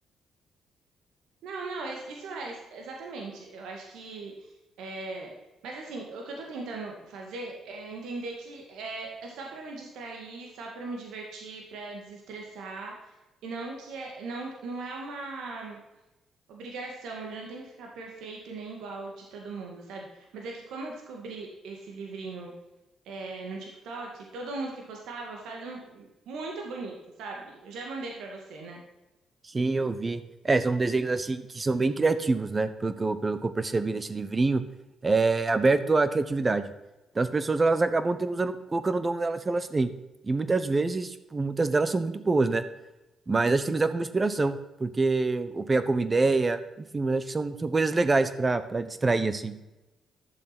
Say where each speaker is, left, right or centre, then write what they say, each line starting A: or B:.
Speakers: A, on the right; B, on the right.
A: Não, não, es- isso é, es- exatamente. Eu acho que. é, Mas assim, o que eu tô tentando fazer é entender que é, é só pra me distrair, só pra me divertir, pra desestressar, e não que é, não, não é uma obrigação, ele não tem que ficar perfeito e nem igual de todo mundo, sabe? Mas é que como eu descobri esse livrinho é, no TikTok, todo mundo que postava faz um muito bonito, sabe? Eu já mandei pra você, né?
B: Sim, eu vi. É, são desenhos assim que são bem criativos, né? Pelo que eu, pelo que eu percebi nesse livrinho, é aberto à criatividade. Então as pessoas elas acabam tendo usando, colocando o dom delas que elas têm. E muitas vezes, tipo, muitas delas são muito boas, né? Mas acho que tem que usar como inspiração, porque ou pegar como ideia, enfim, mas acho que são, são coisas legais pra para distrair assim.